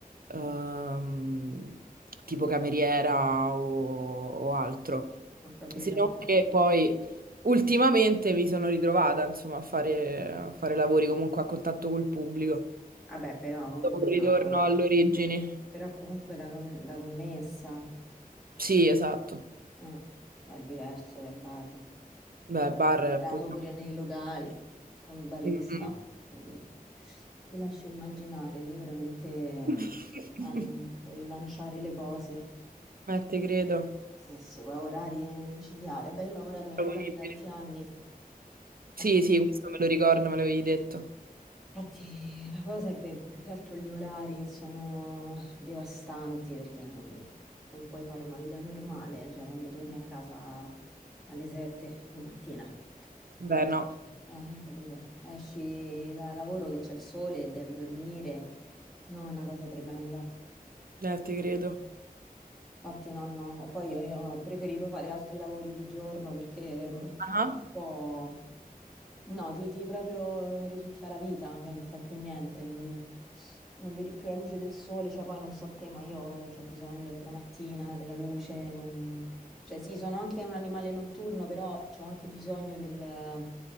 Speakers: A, on the right; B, in the centre.
A: ehm, tipo cameriera o, o altro.
B: Ho capito.
A: Se non che poi ultimamente mi sono ritrovata, insomma, a fare, a fare lavori comunque a contatto col pubblico.
B: Vabbè, però comunque
A: Dopo un ritorno
B: da,
A: alle origini.
B: però comunque da, con- da commessa
A: Sì, esatto.
B: eh, è diverso che al bar.
A: Beh, bar
B: Io ho
A: è
B: lavorato
A: un pochino...
B: pure nei locali come barista,
A: Mhm.
B: quindi ti lascio immaginare, lì veramente
A: <laughs>
B: mm, al- dovevi lanciare le cose.
A: Eh, te credo.
B: Sì, sì, poi orari micidiali. Vabbè, io ho lavorato nei
A: Proponibili.
B: locali tanti anni, infatti
A: Sì, sì, questo me lo ricordo, me l'avevi detto.
B: Infatti la cosa è pe- più che altro gli orari sono devastanti perché non, non puoi fare una vita normale, cioè quando torni a casa alle 7 di mattina,
A: Beh,
B: e-
A: no.
B: eh, capito? Esci dal lavoro che c'è il sole, e devi dormire, no, è una cosa tremenda.
A: Eh,
B: Infatti
A: te credo.
B: infatti no, no, poi io, io ho preferito fare altri lavori di giorno perché mh,
A: Ah.
B: dopo un po' No, ti, ti proprio eh, risucchia la vita, cioè non fai più niente, non, non vedi più la luce del sole, cioè poi non so te, ma io ho bisogno della mattina, della luce, non- cioè sì, sono anche un animale notturno, però ho anche bisogno del-